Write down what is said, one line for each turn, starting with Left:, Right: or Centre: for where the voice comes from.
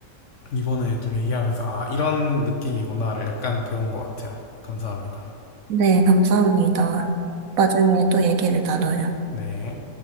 Left: 이번에 좀 얘기하면서 아 이런 느낌이구나를 약간 배운 것 같아요. 감사합니다.
Right: 네, 감사합니다. 나중에 또 얘기를 나눠요.
Left: 네.